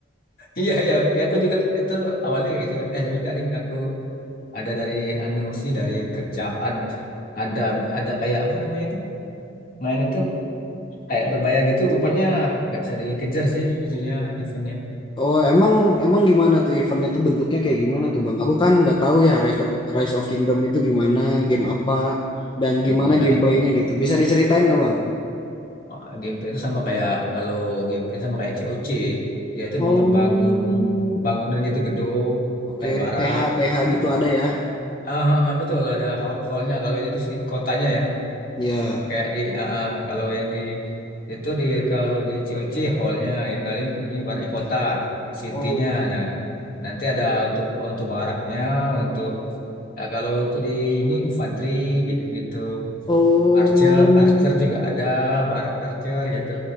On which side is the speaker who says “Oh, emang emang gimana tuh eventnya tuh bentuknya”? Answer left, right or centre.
Left